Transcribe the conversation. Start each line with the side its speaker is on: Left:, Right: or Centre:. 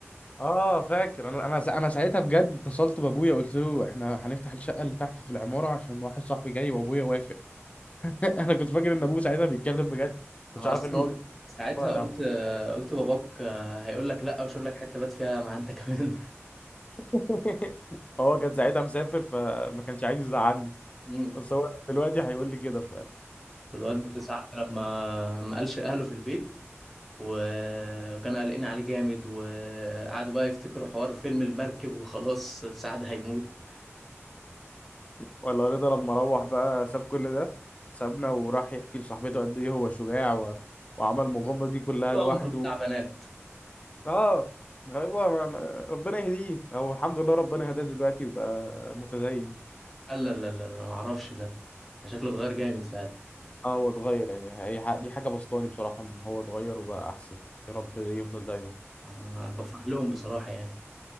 Left: اه فاكر انا انا سا- انا ساعتها بجد اتصلت بابويا قلت له احنا هنفتح الشقه اللي تحت في العماره عشان واحد صاحبي جاي وابويا وافق <laughs> انا كنت فاكر ان ابوه ساعتها بيتكلم بجد كنتش
Centre: اصلا
Left: عارف ان هو
Centre: ساعتها
Left: بيتكلم
Centre: قلت قلت باباك آه، هيقول لك لا وشوف لك حته بات فيها مع انت <laughs> كمان
Left: <laughs> هو كان ساعتها مسافر فما كانش عايز يزعلني
Centre: مم.
Left: بس هو دلوقتي هيقول لي كده فعلا
Centre: والواد ساعة لما ما قالش لأهله في البيت و- وكانوا قلقين عليه جامد وقعدوا بقى يفتكروا حوار فيلم المركب وخلاص سعد هيموت
Left: ولا رضا لما روح بقى ساب كل ده سابنا وراح يحكي لصاحبته قد ايه هو شجاع و... وعمل المغامره دي كلها
Centre: طول
Left: لوحده
Centre: عمره بتاع بنات
Left: اه هو ما... ما... ربنا يهديه هو الحمد لله ربنا هداه دلوقتي وبقى متدين
Centre: قال لا لا لا لا، ما اعرفش ده ده شكله اتغير جامد فعلا
Left: اه هو اتغير يعني هي ح- دي حاجة بسطاني بصراحة ان هو اتغير وبقى احسن يا رب يفضل دايما
Centre: آه، بفرح لهم بصراحة يعني